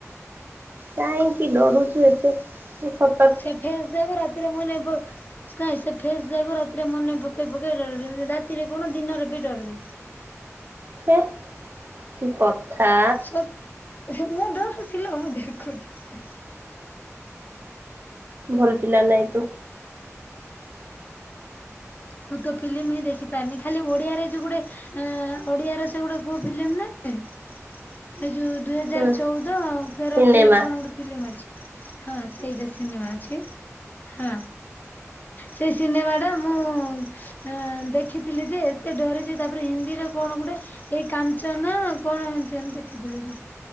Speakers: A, on the right (about 45°); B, on the left (about 35°).
A: କାହିଁକି ଡରୁଛୁ ଏତେ। ସେ ସ
B: ସେ ଫେସ୍ ଦେବ। ରାତିରେ ମୁଁ ନେବ। ନାଇଁ ସେ ଫେସ୍ ଯାକ ରାତିରେ ମନେ ପକେଇ ପକେଇ ଡ <unintelligible> ରାତିରେ କଣ, ଦିନରେ ବି ଡରବି।
A: ହେ! କି କଥା
B: ଧେତ୍ ମୁଁ ଡରୁଚି ଲୋ! ମୁଁ ଦେଖୁଚି କାହିଁ
A: ଭଲ୍ ପିଲା ନାଇଁ ତୁ।
B: ଭୂତ ଫିଲମ୍ ହିଁ ଦେଖିପାରିନି ଖାଲି ଓଡିଆରେ ଯୋଉ ଗୋଟେ ଏଁ ଓଡିଆ ର ସେ ଗୋଟେ କଉ ଫିଲମ୍ ନାହିଁ ଯେ ସେଇ ଯୋଉ ଦୁଇ ହଜାର
A: ହୁଁ
B: ଚଉଦ ଆଉ ଫେର
A: ସିନେମା
B: ଅଫ ଦ ୟେର୍ କଣ ଗୋଟେ ଫିଲମ୍ ଅଛି। ହଁ ସେଇଟା ସିନେମା ଅଛି। ହଁ, ସେ ସିନେମା ଟା ମୁଁ ଆ ଦେଖିଥିଲି ଯେ ଏତେ ଡରିଛି ତାପରେ ହିନ୍ଦୀରେ କଣ ଗୋଟେ ଏଇ କାଞ୍ଚନା କଣ ଏମିତି ଏମିତି ଦେଖିଥିଲି କି